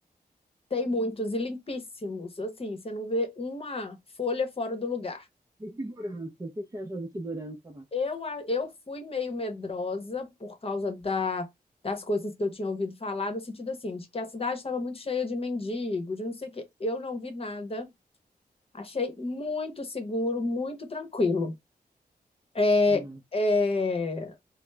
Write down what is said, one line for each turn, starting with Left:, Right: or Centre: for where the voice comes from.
Left: Tem muitos e limpíssimos, assim, você não vê uma folha fora do lugar.
Right: né? E segurança, o que que você acha da segurança lá?
Left: Eu, a- eu fui meio medrosa por causa da, das coisas que eu tinha ouvido falar, no sentido assim, de que a cidade estava muito cheia de mendigo, de não sei o quê. Eu não vi nada, achei muito seguro, muito tranquilo. É,
Right: Aham.
Left: é,